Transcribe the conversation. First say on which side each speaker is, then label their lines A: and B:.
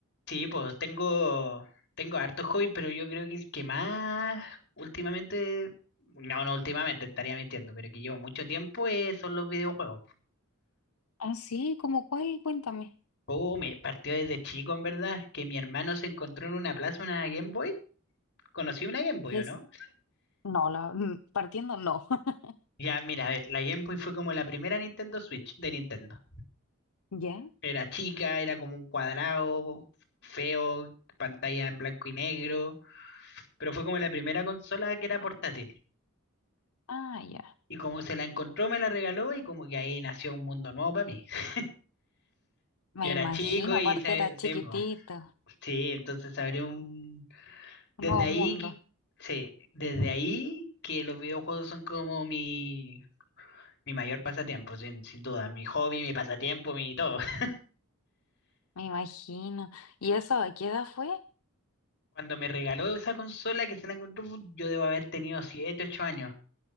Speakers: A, on the left; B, on the left.
A: Sí, pues tengo, tengo hartos hobbies, pero yo creo que el que más últimamente, no, no últimamente, estaría mintiendo, pero que llevo mucho tiempo eh, son los videojuegos.
B: Ah, sí, ¿cómo cuál? Cuéntame.
A: Oh, me partió desde chico, en verdad, que mi hermano se encontró en una plaza una Game Boy. Conocí una Game Boy,
B: Es,
A: ¿o no?
B: no, la, mm, partiendo no. <laughs>
A: Ya, mira, a ver, la Game Boy fue como la primera Nintendo Switch de Nintendo.
B: ¿Ya?
A: Era chica, era como un cuadrado, feo, pantalla en blanco y negro, pero fue como la primera consola que era portátil.
B: Ah, ya.
A: Y como se la encontró, me la regaló y como que ahí nació un mundo nuevo para mí. <laughs>
B: Me
A: Yo era
B: imagino,
A: chico y
B: aparte
A: se,
B: era chiquitito,
A: se- po. sí, entonces se abrió un... Desde
B: un nuevo
A: ahí,
B: mundo,
A: que- sí, desde ahí que los videojuegos son como mi, mi mayor pasatiempo, sin, sin duda, mi hobby, mi pasatiempo, mi todo. <laughs>
B: me imagino. ¿Y eso a qué edad fue?
A: Cuando me regaló esa consola que se la encontró, yo debo haber tenido siete ocho años.